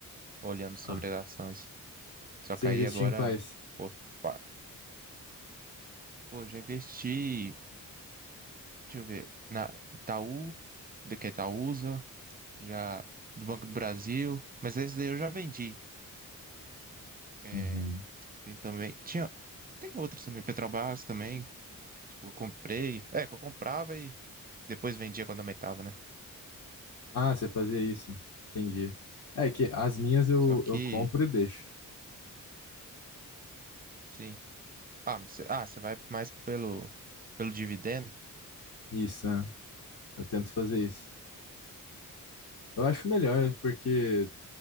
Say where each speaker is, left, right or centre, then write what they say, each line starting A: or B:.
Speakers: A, on the right; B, on the left.
A: olhando sobre
B: Ah.
A: as ações. Só
B: Você
A: que aí
B: investia
A: agora,
B: em quais?
A: pô, pa- pô, já investi, deixa eu ver, na Itaú, de que é Itaúsa, já do Banco do Brasil, mas esse daí eu já vendi. É,
B: Uhum.
A: tem também, tinha, tem outros também, Petrobras também, tipo, eu comprei, é, que eu comprava Depois vendia quando aumentava, né?
B: Ah, você fazia isso. Entendi. É que as minhas eu,
A: Só que,
B: eu compro e deixo.
A: sim. Ah, você ah, você vai mais pelo, pelo dividendo?
B: Isso, né? Eu tento fazer isso. Eu acho melhor, porque